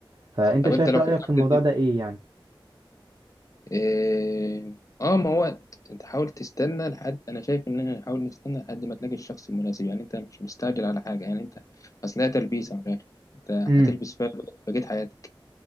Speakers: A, on the right; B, on the left.
A: فأنت
B: طب
A: شايف
B: أنت لو
A: رأيك
B: فكرت
A: في الموضوع ده إيه يعني؟
B: إيه، اه ما هو انت حاول تستنى لحد انا شايف ان احنا نحاول نستنى لحد ما تلاقي الشخص المناسب يعني انت مش مستعجل على حاجه يعني انت اصل هي تلبيسه من الاخر انت
A: امم
B: هتلبس فيها بقيت حياتك